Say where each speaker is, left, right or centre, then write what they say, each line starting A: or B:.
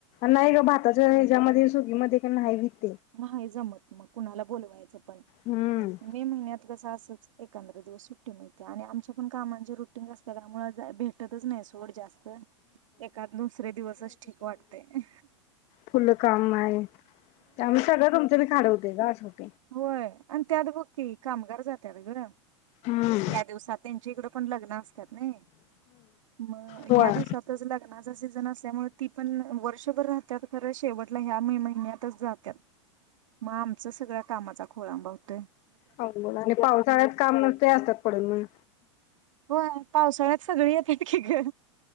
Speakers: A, on the left; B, on the right.
A: नाही ग भाताच्या ह्याच्यामध्ये सु <unintelligible>
B: नाही जमत मग कुणाला बोलवायचं पण
A: हम्म
B: मग, मे महिन्यात कस अस एकांद दिवस सुट्टी सुट्टी मिळत्या आणि आमच्या कामांची रुटीन असते त्यामुळे भेटतचं नाही सोड जास्त. एका दुसरे दिवसच ठीक वाटतयं.
A: फुलं काम आहे. त्या <unintelligible> <inaudible>
B: होय आणि त्यात बक्की कामगार जात्यात गं
A: हम्म
B: ह्या दिवसात त्यांच्या इकड पण लग्न असतात नाय मग
A: होय
B: ह्या दिवसातच लग्नाचा सीझन असल्यामुळे ती पण वर्षभर राह त्यात खरं शेवटला ह्या मे महिन्यात जात्यात मगं आमच्या सगळ्यां कामाचा खोळंबा होतय
A: हो बोल आणि पावसाळ्यात काम नसत ते असतात पडून..
B: होय पावसाळ्यात सगळी येते की ग